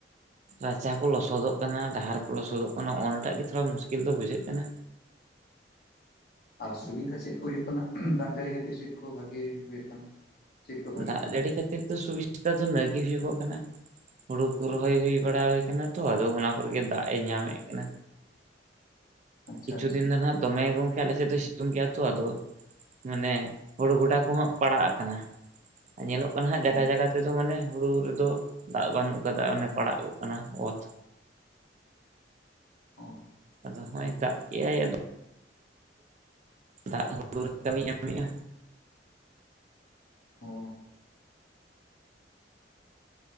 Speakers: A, on the right; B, on the left.
A: ᱨᱟᱪᱟ ᱠᱚ ᱞᱚᱥᱚᱫᱚᱜ ᱠᱟᱱᱟ, ᱰᱟᱦᱟᱨ ᱠᱚ ᱞᱚᱥᱚᱫᱚᱜ ᱠᱟᱱᱟ, ᱚᱱᱟᱴᱟᱜ ᱜᱮ ᱛᱷᱚᱲᱟ ᱢᱩᱥᱠᱤᱞ ᱫᱚ ᱵᱩᱡᱷᱟᱹᱜ ᱠᱟᱱᱟ᱾
B: ᱟᱨ ᱥᱩᱵᱤᱫᱷᱟ ᱪᱮᱫ ᱠᱚ ᱦᱩᱭᱩᱜ ᱠᱟᱱᱟ ᱫᱟᱜ ᱡᱟᱹᱲᱤ ᱠᱷᱟᱹᱛᱤᱨ ᱪᱮᱫ ᱠᱚ ᱵᱷᱟᱜᱤ ᱦᱩᱭᱩᱜ ᱠᱟᱱᱟ? ᱪᱮᱫ ᱠᱚ ᱵᱷᱟᱜᱮᱜ
A: ᱫᱟᱜ
B: ᱠᱟᱱᱟ
A: ᱡᱟᱹᱲᱤ
B: ᱟᱨᱠᱤ
A: ᱠᱷᱟᱹᱛᱤᱨ ᱫᱚ ᱥᱩᱵᱤᱫᱷᱟ ᱫᱚ ᱱᱟᱭᱜᱮ ᱦᱩᱭᱩᱜᱚᱜ ᱠᱟᱱᱟ ᱦᱩᱲᱩ ᱠᱚ ᱨᱚᱦᱚᱭ ᱦᱩᱭ ᱵᱟᱲᱟ ᱦᱩᱭ ᱠᱟᱱᱟ ᱛᱚ ᱟᱫᱚ ᱚᱱᱟ ᱠᱚᱨᱮ ᱜᱮ ᱫᱟᱜ ᱮ ᱧᱟᱢᱮᱜ ᱠᱟᱱᱟ᱾
B: ᱟᱪᱪᱷᱟ
A: ᱠᱤᱪᱷᱩ
B: ᱟᱪᱪᱷᱟ
A: ᱫᱤᱱ ᱫᱚ ᱱᱟᱦᱜ ᱫᱚᱢᱮ ᱜᱚᱝᱠᱮ ᱟᱞᱮ ᱥᱮᱫ ᱫᱚ ᱥᱤᱛᱩᱝ ᱠᱮᱜᱼᱟ ᱛᱚ᱾ ᱟᱫᱚ ᱢᱟᱱᱮ ᱦᱩᱲᱩ ᱜᱚᱰᱟ ᱠᱚᱦᱚᱸ ᱯᱟᱲᱟᱜ ᱟᱠᱟᱱᱟ᱾ ᱧᱮᱞᱚᱜ ᱠᱟᱱᱟ ᱦᱟᱸᱜ ᱡᱟᱜᱟ
B: ᱚ
A: ᱡᱟᱜᱟ ᱛᱮᱫᱚ ᱢᱟᱱᱮ ᱦᱩᱲᱩ ᱨᱮᱫᱚ ᱫᱟᱜ ᱵᱟᱹᱱᱩᱜ ᱠᱟᱫᱟ ᱚᱱᱮ ᱯᱟᱲᱟᱜ ᱜᱚᱜ ᱠᱟᱱᱟ ᱚᱛ᱾
B: ᱚ
A: ᱟᱫᱚ ᱦᱚᱸᱜᱚᱭ ᱫᱟᱜ ᱠᱮᱜᱼᱟᱭ ᱟᱫᱚ ᱫᱟᱜ ᱦᱩᱲᱩ ᱨᱮ ᱠᱟᱹᱢᱤ ᱧᱟᱢᱮᱜ-ᱟ᱾
B: ᱚ